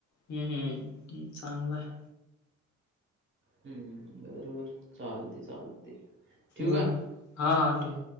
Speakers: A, on the left; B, on the right.
A: हू हू चांगलाय
B: हू बरबर चालते चालते ठेवू
A: ब
B: का
A: हा हा ठेव